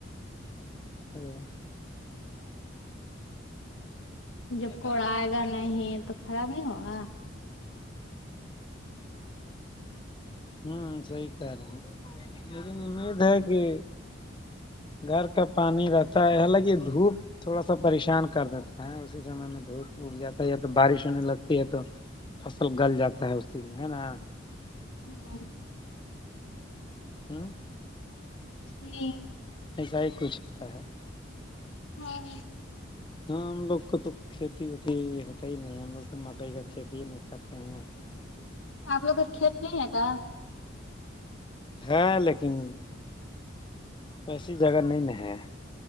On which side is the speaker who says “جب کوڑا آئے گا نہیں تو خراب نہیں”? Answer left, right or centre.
Left